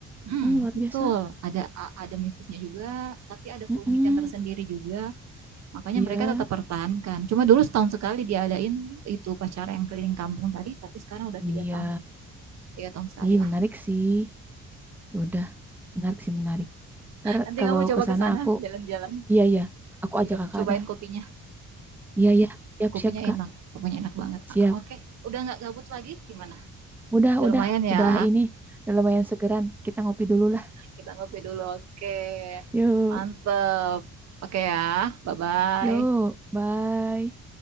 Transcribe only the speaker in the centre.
Mm, luar
biasa.
Mm-mm.
Iya,
iya.
Ih,
menarik sih. Ya udah, menarik sih, menarik. Ntar
kalau
ke sana
aku,
iya, iya. Aku ajak
kakak
dah.
Iya, iya.
Siap,
siap, Kak.
Siap.
Udah,
udah.
Udah
ini. Udah lumayan segeran. Kita ngopi dulu lah.
Yuk,
yuk. Bye.